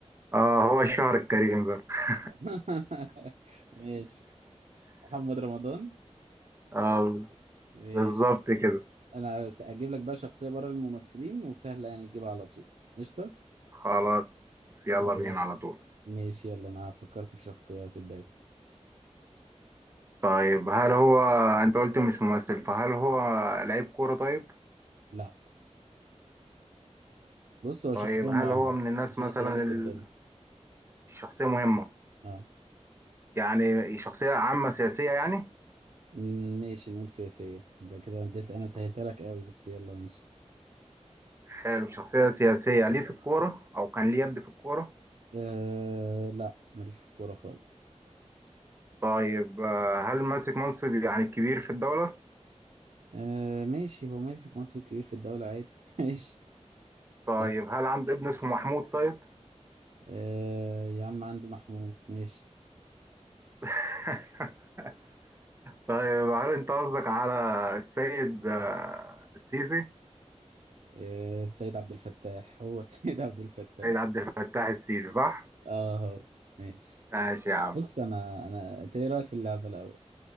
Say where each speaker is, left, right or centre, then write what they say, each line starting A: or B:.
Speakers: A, on the right; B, on the right.
A: اه هو الشهر الكريم ده <laughs>
B: <laughs> ماشي محمد رمضان
A: آه
B: ماشي
A: بالظبط كده
B: انا هجيب لك بقى شخصية بره الممثلين وسهلة يعني تجيبها على طول قشطة
A: خلاص يلا بينا
B: ماشي
A: على طول
B: ماشي يلا انا فكرت في شخصية وتبدأ اسأل
A: طيب هل هو انت قلت مش ممثل فهل هو لعيب كورة طيب
B: لا بص هو
A: طيب
B: شخصية مهمة
A: هل هو من الناس
B: عشان
A: مثلا
B: اسهل لك
A: ال-
B: الدنيا
A: الشخصية مهمة
B: اه
A: يعني شخصية عامة سياسية يعني
B: م- ماشي نقول سياسية ده كده اديت انا
A: شخص-
B: سهلت لك قوي بس يلا ماشي
A: حلو شخصية سياسية ليه في الكورة أو كان ليه يد في الكورة
B: آه لا ماليش في الكورة خالص
A: طيب آه، هل ماسك منصب يعني كبير في الدولة
B: آه ماشي هو ماسك منصب كبير في الدولة عادي <laughs> ماشي
A: طيب
B: طب
A: هل عنده ابن اسمه محمود طيب
B: آه يا عم عنده محمود ماشي
A: <laughs> طيب هل أنت قصدك على السيد آه، السيسي
B: آه السيد عبد الفتاح هو السيد <laughs> عبد الفتاح
A: سيد عبد الفتاح السيسي صح؟
B: اه هو ماشي
A: ماشي يا عم
B: بص انا انا انت ايه رايك في اللعبة الاول